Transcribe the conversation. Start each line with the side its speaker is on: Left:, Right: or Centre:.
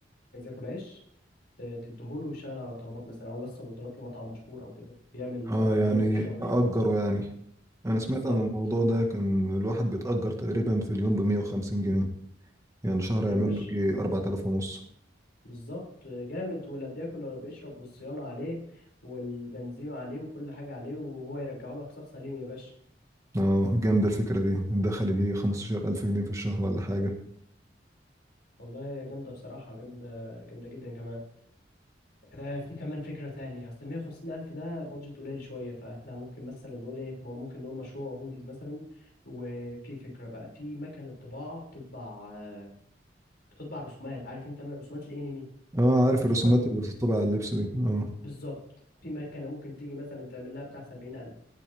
Left: عايز ياكل عيش ت- تديهوله ويشتغل على طلبات مثلا او يوصل اوردرات لمطعم مشهور او كده بيعمل
Right: اه
Left: رقم
Right: يعني
Left: كويس في الشهر
Right: اجره يعني انا سمعت
Left: بالظبط
Right: عن الموضوع ده كان الواحد بيتأجر تقريبا في اليوم ب 150 جنيه يعني شهر
Left: يا
Right: يعمل
Left: باشا
Right: له جي 4000 ونص
Left: بالظبط آه، جامد ولا بياكل ولا بيشرب والصيانه عليه والبنزيمه عليه وكل حاجه عليه وهو يرجعه لك شخص سليم يا باشا
Right: اه جامدة الفكرة دي الدخل يجي 15000 جنيه في الشهر ولا حاجة
Left: والله يا جامده بصراحه جامده جامده جدا كمان آه، في كمان فكرة تانية أصل 150 ألف ده بادجت قليل شوية فإحنا ممكن مثلا نقول إيه م- ممكن نقول مشروع هوديز مثلا وفي فكرة بقى في مكنة طباعة بتطبع آه، بتطبع رسومات عارف أنت من رسومات الأنمي
Right: اه عارف
Left: رسومات
Right: الرسومات اللي بتطبع على اللبس دي اه
Left: بالظبط في مكنة ممكن تيجي مثلا تعمل لها بتاع 70000